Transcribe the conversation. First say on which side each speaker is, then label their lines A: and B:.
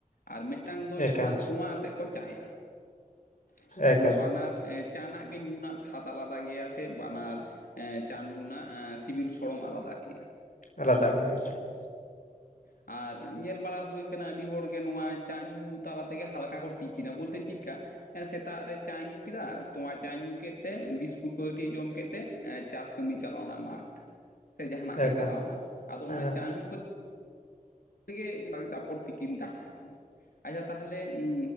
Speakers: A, on the left; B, on the left.
A: ᱟᱨ ᱢᱤᱫᱴᱟᱝ ᱫᱚ
B: ᱮᱠᱟᱞ
A: ᱡᱟᱦᱟᱸ ᱛᱚᱸᱶᱟ ᱟᱛᱮᱜ ᱠᱚᱸ ᱪᱟᱭᱟ ᱾
B: ᱮᱠᱟᱞ
A: <inaudible> ᱛᱩ ᱵᱟᱱᱟᱨ ᱮ ᱪᱟᱸ ᱱᱟᱜ ᱜᱮ ᱧᱩᱱᱟᱜ ᱥᱟᱫ ᱟᱞᱟᱫᱟ ᱜᱮᱭᱟ ᱥᱮ ᱵᱟᱱᱟᱨ ᱮ ᱪᱟ <unintelligible> ᱥᱤᱵᱤᱞ ᱥᱚᱲᱚᱢ ᱟᱞᱟᱫᱟ ᱠᱮᱫᱼᱟ ᱾
B: ᱟᱞᱟᱫᱟ ᱜᱮ ᱮᱠᱟᱞ ᱾
A: ᱟᱨ ᱧᱮᱞ ᱵᱟᱲᱟ ᱦᱩᱭ ᱟᱠᱟᱱᱟ ᱟᱹᱰᱤ ᱦᱚᱲᱜᱮ ᱱᱚᱣᱟ ᱪᱟ ᱧᱩ ᱛᱟᱞᱟ ᱛᱮᱜᱮ ᱦᱟᱞᱠᱟ ᱠᱚ ᱴᱤᱯᱤᱱᱟ, ᱵᱚᱞᱛᱮ ᱪᱤᱜᱠᱟ ᱦᱮᱸ ᱥᱮᱛᱟᱜ ᱨᱮ ᱪᱟᱭ ᱧᱩ ᱠᱮᱫᱟ ᱾ ᱛᱚᱣᱟ ᱪᱟᱭ ᱧᱩ ᱠᱮᱫ ᱛᱮ ᱵᱤᱥᱠᱩᱴ ᱠᱚᱸ ᱠᱟᱹᱴᱷᱤᱡ ᱮ ᱡᱚᱢ ᱠᱮᱫ ᱛᱮ ᱮ ᱪᱟᱥ ᱠᱟᱹᱢᱤᱭ ᱪᱟᱞᱟᱣ ᱮᱱᱟ ᱢᱟᱴᱷ
B: <inaudible>
A: ᱾ ᱥᱮ ᱡᱟᱦᱟᱱᱟᱜ ᱜᱮ
B: ᱮᱠᱟᱞ
A: ᱪᱟᱞᱟᱣ ᱮᱱᱟ, ᱟᱫᱚ ᱚᱱᱟ
B: ᱮᱠᱟᱞ
A: ᱪᱟ ᱧᱩ ᱠᱟ ᱛᱮ ᱜᱮ ᱛᱟᱯᱚᱨ ᱛᱤᱠᱤᱱ ᱫᱟᱠᱟᱭ ᱡᱚᱢᱟ ᱾ <inaudible> ᱟᱪᱪᱷᱟ ᱛᱟᱦᱚᱞᱮ ᱩᱸ